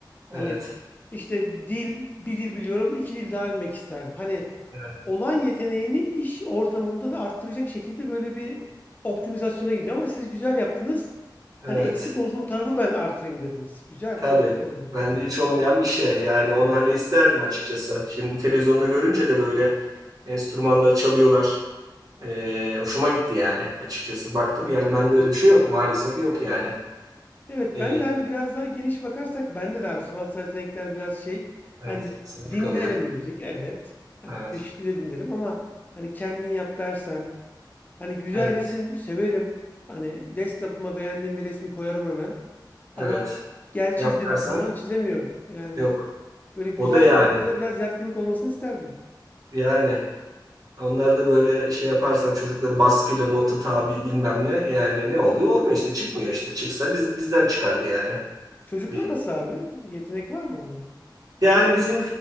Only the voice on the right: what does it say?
evet
evet
evet
tabii
bende
hiç olmayan bir şey yani onu hani isterdim açıkçası. Şimdi televizyonda görünce de böyle enstrümanları çalıyorlar. E, hoşuma gitti yani açıkçası. Baktım
yani bende öyle bir şey yok maalesef yok yani.
E,
evet
sınır
kalıyor.
Evet.
Evet.
Evet.
Yap
dersen
yok.
O da yani.
Yani onları da böyle şey yaparsan çocukları baskıyla nota tabi bilmem ne yani ne oluyor? Olmuyor işte çıkmıyor işte. Çıksa biz bizden çıkardı yani.
Bir
yani bizim